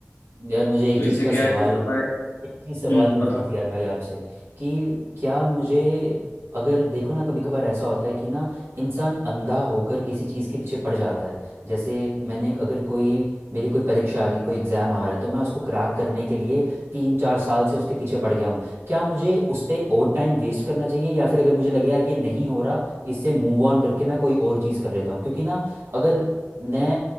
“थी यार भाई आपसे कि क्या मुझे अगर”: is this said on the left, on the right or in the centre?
Right